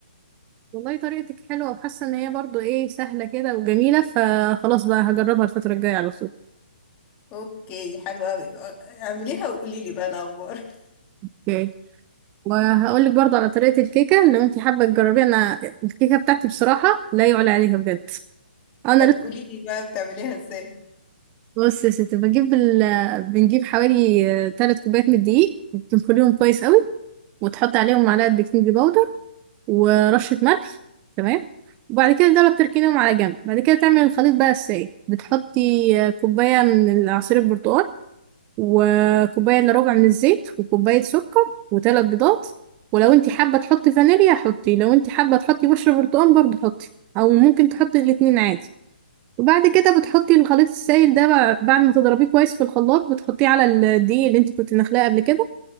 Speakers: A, on the right; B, on the left.
A: والله طريقتك حلوة وحاسة ان هي برضو ايه سهلة كده وجميلة فخلاص بقى هجربها الفترة الجاية على طول
B: اوكي حلوة اوي اعمليها وقولي لي بقى الاخبار <laughs>
A: اوكي وهقول لك برضو على طريقة الكيكة لو انت حابة تجربيها انا الكيكة بتاعتي بصراحة لا يعلى عليها بجد انا
B: طب
A: لسه
B: قولي لي بقى بتعمليها ازاي
A: بص يا ستي بجيب ال... بنجيب حوالي ثلاث كوبايات من الدقيق وبتنخليهم كويس قوي وتحط عليهم معلقة بيكنج باودر ورشة ملح تمام وبعد كده دول بتركينهم على جنب بعد كده تعمل الخليط بقى السائل بتحطي كوباية من عصير البرتقال وكوباية الا ربع من الزيت وكوباية سكر وثلاث بيضات ولو انت حابة تحطي فانيليا حطي لو انت حابة تحطي بشرة برتقال برضه حطي او ممكن تحطي الاتنين عادي وبعد كده بتحطي الخليط السائل ده بع- بعد ما تضربيه كويس في الخلاط بتحطيه على الدقيق اللي انت كنت نخلاه قبل كده